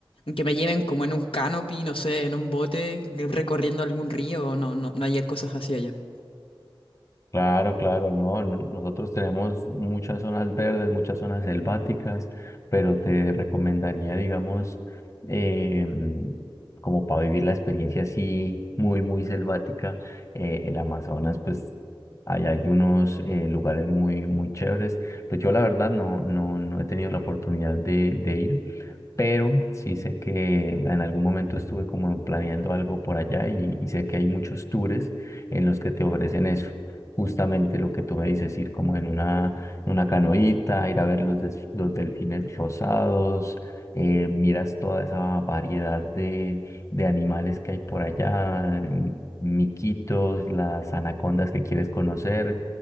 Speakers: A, on the left; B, on the left.
A: Que me lleven como en un canopy, no sé, en un bote, recorriendo algún río, no, no, no haya cosas así allá.
B: Claro, claro, no, no- nosotros tenemos muchas zonas verdes, muchas zonas selváticas, pero te recomendaría, digamos, em, como para vivir la experiencia así muy, muy selvática, eh, el Amazonas, pues allá hay unos eh, lugares muy, muy chéveres. Pues yo la verdad no, no, no he tenido la oportunidad de, de ir, pero sí sé que en algún momento estuve como planeando algo por allá y, y sé que hay muchos tours en los que te ofrecen eso. Justamente lo que tú me dices, ir como en una, en una canoita, ir a ver los, des- los delfines rosados, eh, miras toda esa variedad de, de animales que hay por allá, em, miquitos, las anacondas que quieres conocer.